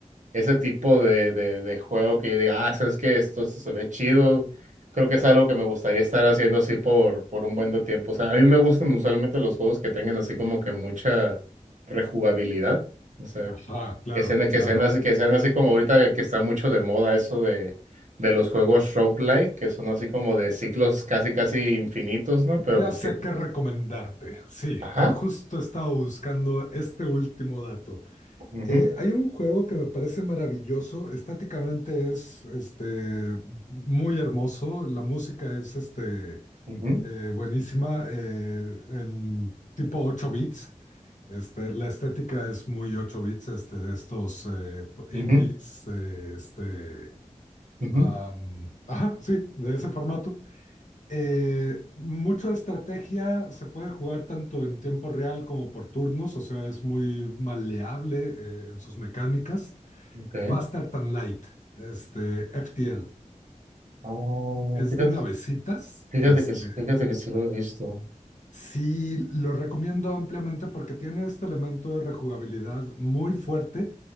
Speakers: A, on the right; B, on the left.
A: ese tipo de, de, de juego que yo diga, ah, sabes que esto, esto se ve chido. Creo que es algo que me gustaría estar haciendo así por, por un buen de tiempo. O sea, a mí me gustan usualmente los juegos que tengan así como que mucha rejugabilidad. O sea,
B: Ah, claro,
A: que sean, que
B: claro.
A: sean así, que sean así como ahorita que está mucho de moda eso de, de los juegos roguelike, que son así como de ciclos casi casi infinitos, ¿no? Pero
B: Ya
A: pues
B: sé
A: sí.
B: qué recomendarte. Sí,
A: Ajá.
B: eh, justo estaba buscando este último dato.
A: Ujú,
B: Eh, hay un juego que me parece maravilloso, estáticamente es este, muy hermoso, la música es este,
A: ujú,
B: eh, buenísima, eh, en tipo 8 bits, este, la estética es muy 8 bits, este, de estos eh, p-
A: ujú,
B: indies,
A: ujú,
B: eh, este,
A: ujú.
B: am, ajá, sí, de ese formato. Eh, mucho de estrategia se puede jugar tanto en tiempo real como por turnos, o sea, es muy maleable eh, en sus mecánicas.
A: Ok.
B: Faster Than Light, este, FTL.
A: Oh,
B: Es
A: fíjate.
B: de navecitas.
A: Fíjate
B: Este,
A: que, s- fíjate que se lo he visto.
B: sí, lo recomiendo ampliamente porque tiene este elemento de rejugabilidad muy fuerte.